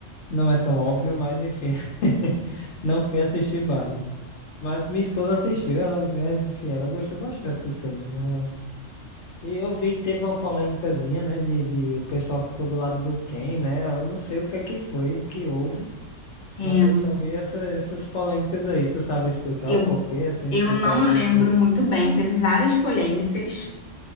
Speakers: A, on the left (about 70°); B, on the left (about 40°).
A: não é tão óbvio, mas enfim. <laughs> Não fui assistir Barbie. Mas minha esposa assistiu, ela, é, enfim, ela gostou bastante do filme. Ela... E eu vi que teve uma polêmicazinha, né? De, de o pessoal ficou do lado do Ken, né? Eu não sei o que é que foi, que houve,
B: É,
A: mas eu só vi essa- essas polêmicas aí. Tu sabe explicar
B: eu,
A: o porquê, assim,
B: eu
A: o pessoal
B: não
A: gostou?
B: lembro muito bem, teve várias polêmicas